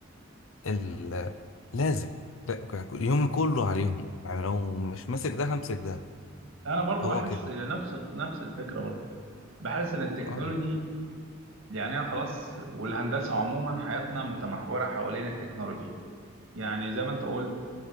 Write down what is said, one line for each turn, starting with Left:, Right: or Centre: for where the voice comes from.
Left: ال- لازم ده- يومي كله عليهم يعني لو مش ماسك ده همسك ده
Right: انا برضو
Left: هو
Right: بحس
Left: كده
Right: نفس ال- نفس الفكره برضو بحس ان التكنولوجي
Left: اه
Right: يعني هي خلاص والهندسه عموما حياتنا متمحوره حوالين التكنولوجي يعني زي ما انت قلت